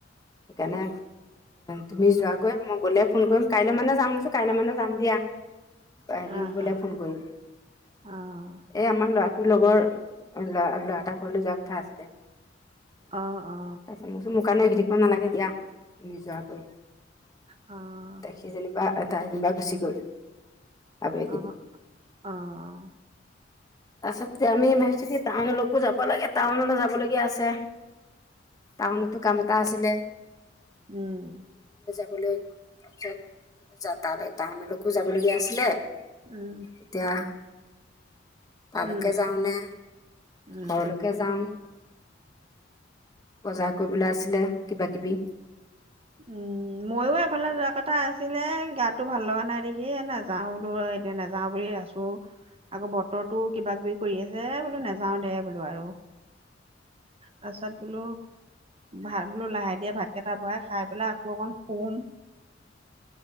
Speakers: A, on the left; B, on the right.
A: সেইকাৰনে তুমি যোৱা গৈ মই গ'লে ফোন কৰিম কাইলৈ মানে যাম মই কৈছো কাইলৈ মানে যাম দিয়া। হেৰি
B: অঁ
A: গ'লে
B: অঁ
A: ফোন কৰিম।
B: অঁ
A: ল'ৰাটোৰ লগৰ ল'ৰা, ল'ৰা এটা ঘৰলৈ যোৱা কথা আছিলে।
B: অঁ, অ'।
A: তাৰপিছত মই কৈছো মোৰ কাৰণে ৰখি থাকিব নালাগে দিয়া তুমি যোৱাগৈ।
B: অ',
A: সি যেনিবা তাই জেনিবা গুচি গ'ল। আবেলি।
B: অ', অ',
A: তাৰপিছতে আমি ভাবিছো কি টাউনলৈকেও যাব লাগে টাউনলৈ যাবলগীয়া আছে। টাউনতো কাম এটা আছিলে।
B: উম।
A: <unintelligible> তালৈ টাউনলৈকো যাব লগীয়া আছিলে,
B: উম,
A: এতিয়া তালৈকে
B: উম,
A: যাওঁ নে,
B: উম
A: ঘৰলৈকে যাওঁ। <unintelligible> বজাৰ কৰিবলৈ আছিলে কিবা কিবি।
B: উম ময়ো এফালে যোৱা কথা আছিলে গাটো ভাল লগা নাই দেখি এ নেযাও বোলো এতিয়া নাযাও বুলি আছো আকৌ বতৰৰতো কিবা কিবি কৰি আছে এ বোলো নাযাও দে বোলো আৰু, তাৰপিছত বোলো ভাবিলো লাহে ধীৰে ভাত কেইটা বহাই খাই পেলাই আকৌ অকন শুম,